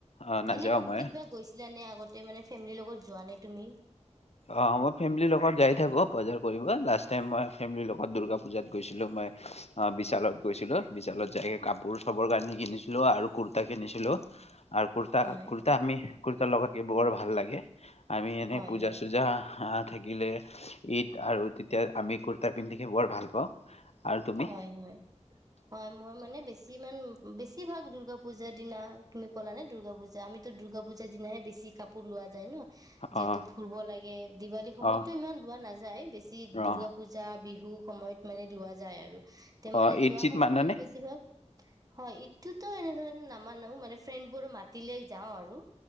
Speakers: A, on the left; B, on the right.
A: অ নাযাও
B: এনে কব
A: মই
B: কেতিয়াবা গৈছিল ানে আগতে মানে ফেমিলিৰ লগত যোৱা নে তুমি
A: অ মই ফেমিলিৰ লগত যাই থাকো বজাৰ কৰিব লাষ্ট টাইম মই ফেমিৰ লগত দুূৰ্গা পূজাত গৈছিলো মই বিশালত গৈছিলো বিশালত যাই কাপোৰ চবৰ কানি কিনিছিলো আৰু কুৰা কিনিছিলো আৰু কুৰ্তা
B: হয়।
A: কুৰ্তা আমি কুৰ্তা লগাক বৰ ভাল লাগে আমি এনে
B: হয়
A: পূজা
B: হয়
A: আহ থাকিলে ঈদ আৰু তেতিয়া আমি কুুৰ্তা পিন্ধি থাকি বৰ ভাল পাওঁ আৰু তুমি
B: হয় হয় হয় মই মানে বেছি যিমান বেছিভাগ দুূৰ্গা পূজাৰ দিনা তুমি ক'লা নে দুৰ্গা পূজা আমিতো দুৰ্গা পূজাৰ দিনাহে বেছি কাপোৰ লোৱা যায় ন যিহেতু
A: অ
B: ফুৰিব লাগে দিৱালী সময়ততো
A: অ
B: ইমান লোৱা নাযায় বেছি দূৰ্গা
A: অ
B: পূজা বিহু সময়ত মানে লোৱা যায় আৰু তে
A: অ
B: মানে
A: ঈদ
B: যোৱা
A: চিত
B: সময়ত
A: মানানে
B: মানে বেছিভাগ হয় ইটোতো এনেধৰণ নামানো মানে ফ্ৰেণ্ড বোৰো মাতিলে যাওঁ আৰু